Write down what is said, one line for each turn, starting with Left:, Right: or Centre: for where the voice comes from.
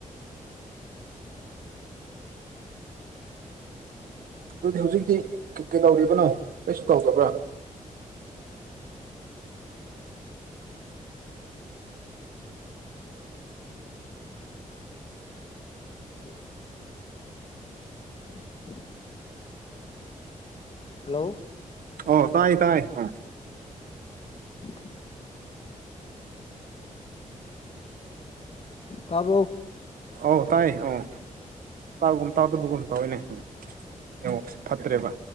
Right: ꯑꯗꯨꯗꯤ ꯍꯧꯖꯤꯛꯇꯤ ꯀꯩ ꯀꯩꯗꯧꯔꯤꯕꯅꯣ ꯀꯩꯁꯨ ꯇꯧꯗꯕ꯭ꯔꯥ
Left: ꯍꯜꯂꯣ <inaudible> ꯍꯜꯂꯣ
Right: ꯑꯣ ꯇꯥꯏ ꯇꯥꯏ ꯑ
Left: <inaudible> ꯇꯥꯔ꯭ꯕꯣ
Right: ꯑꯧ ꯇꯥꯏ ꯑ ꯇꯥꯎꯒꯨꯝ ꯇꯥꯎꯗꯕꯨꯒꯨꯝ ꯇꯧꯏꯅꯦ ꯅꯦꯠꯋꯥꯛꯁꯦ ꯐꯠꯇ꯭ꯔꯦꯕ